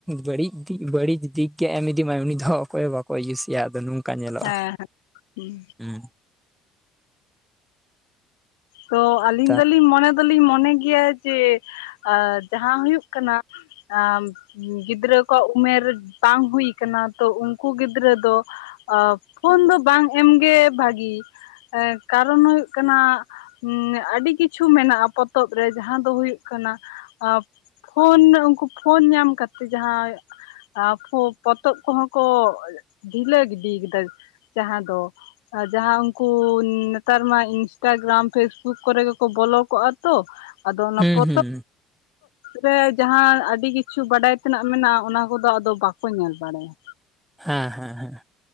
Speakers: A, in the centre; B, on the left.
A: ᱵᱟᱹᱲᱤᱡ ᱫᱤᱠ ᱵᱟᱹᱲᱤᱡ ᱫᱤᱠ ᱠᱮ ᱮᱢ ᱤᱫᱤᱢᱟᱭ ᱩᱱᱤ ᱫᱚ ᱚᱠᱚᱭ ᱵᱟᱠᱚ ᱤᱭᱩᱥᱮᱭᱟ ᱟᱫᱚ ᱱᱚᱝᱠᱟ ᱧᱮᱞᱚᱜᱼᱟ
B: ᱦᱮᱸ ᱦᱮᱸ
A: ᱦᱩᱸ
B: ᱛᱚ ᱟᱹᱞᱤᱧ
A: ᱛᱟ
B: ᱫᱚᱞᱤᱧ ᱢᱚᱱᱮ ᱫᱚᱞᱤᱧ ᱢᱚᱱᱮ ᱜᱮᱭᱟ ᱡᱮ ᱮᱸ ᱡᱟᱦᱟᱸᱦᱩᱭᱩᱜ ᱠᱟᱱᱟ, ᱟᱢ ᱜᱤᱫᱽᱨᱟᱹ ᱠᱚᱣᱟᱜ ᱩᱢᱮᱨ ᱵᱟᱝ ᱦᱩᱭ ᱠᱟᱱᱟ ᱛᱚ ᱩᱱᱠᱩ ᱜᱤᱫᱽᱨᱟᱹ ᱫᱚ, ᱚᱸ ᱯᱷᱳᱱ ᱫᱚ ᱵᱟᱝ ᱮᱢᱜᱮ ᱵᱷᱟᱹᱜᱤ ᱮᱸ ᱠᱟᱨᱚᱱ ᱦᱩᱭᱩᱜ ᱠᱟᱱᱟ ᱩᱸ ᱟᱹᱰᱤ ᱠᱤᱪᱷᱩ ᱢᱮᱱᱟᱜᱼᱟ ᱯᱚᱛᱚᱵ ᱨᱮ ᱡᱟᱦᱟᱸ ᱫᱚ ᱦᱩᱭᱩᱜ ᱠᱟᱱᱟ ᱟᱯ ᱯᱷᱳᱱ ᱩᱱᱠᱩ ᱯᱷᱳᱱ ᱧᱟᱢ ᱠᱟᱛᱮ ᱡᱟᱦᱟᱸᱭ ᱟ ᱯᱚᱼᱯᱚᱛᱚᱵ ᱠᱚᱦᱚᱸ ᱠᱚ ᱰᱷᱤᱞᱟᱹ ᱜᱤᱰᱤ ᱠᱮᱫᱟ᱾ ᱡᱟᱦᱟᱸ ᱫᱚ ᱡᱟᱦᱟᱸ ᱩᱱᱠᱩ ᱱᱮᱛᱟᱨ ᱢᱟ ᱤᱱᱥᱴᱟ ᱜᱨᱟᱢ ᱯᱷᱮᱥᱵᱩᱠ ᱠᱚᱨᱮ ᱜᱮᱠᱚ ᱵᱚᱞᱚ ᱠᱚᱜᱼᱟ ᱛᱚ ᱟᱫᱚ ᱚᱱᱟ
A: ᱦᱩᱸ
B: ᱯᱚᱛᱚᱵ
A: ᱦᱩᱸ
B: ᱨᱮ ᱡᱟᱦᱟᱸ ᱟᱹᱰᱤ ᱠᱤᱪᱷᱩ ᱵᱟᱰᱟᱭ ᱛᱮᱱᱟᱜ ᱢᱮᱱᱟᱜᱼᱟ ᱚᱱᱟ ᱠᱚᱫᱚ ᱟᱫᱚ ᱵᱟᱠᱚ ᱧᱮᱞ ᱵᱟᱲᱟᱭᱟ᱾
A: ᱦᱮᱸ ᱦᱮᱸ ᱦᱮᱸ,